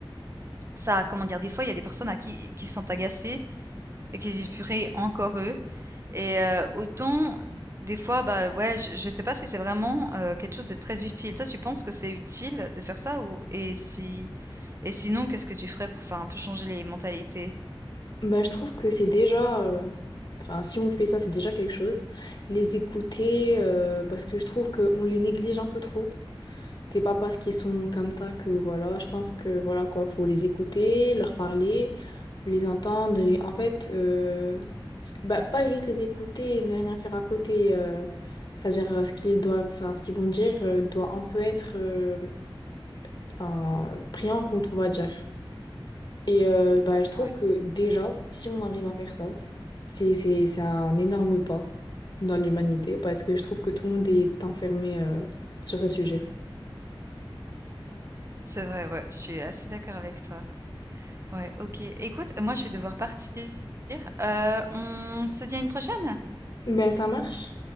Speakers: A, on the right; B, on the left.
A: ça comment dire des fois il y a des personnes à qui qui sont agacées et qui se disent purée encore eux et euh, autant des fois bah ouais je, je sais pas si c'est vraiment euh, quelque chose de très utile. Toi tu penses que c'est utile de faire ça ou et si et sinon qu'est-ce que tu ferais pour faire un peu changer les mentalités?
B: bah je trouve que c'est déjà... euh, Enfin, si on fait ça, c'est déjà quelque chose. Les écouter, euh, parce que je trouve qu'on les néglige un peu trop. C'est pas parce qu'ils sont comme ça que voilà, je pense que voilà quoi, faut les écouter, leur parler, les entendre et en fait, euh, bah, pas juste les écouter et ne rien faire à côté. euh, c'est-à-dire euh, ce qu'ils doivent, enfin ce qu'ils vont dire euh, doit un peu être, euh, enfin pris en compte, on va dire. Et euh, bah, je trouve
A: Ouais.
B: que déjà, si on arrive à faire ça, c'est c'est c'est un énorme pas dans l'humanité parce que je trouve que tout le monde est enfermé euh, sur ce sujet.
A: C'est vrai, ouais, je suis assez d'accord avec toi. Ouais, OK. Écoute, moi, je vais devoir partir. Euh, on se dit à une prochaine?
B: Ben ça marche.